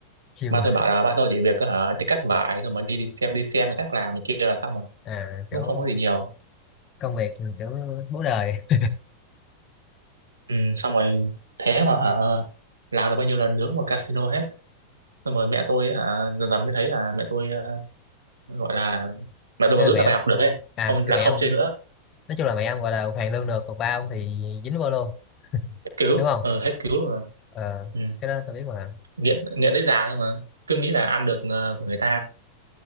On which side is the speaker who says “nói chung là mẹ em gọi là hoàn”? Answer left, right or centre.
Left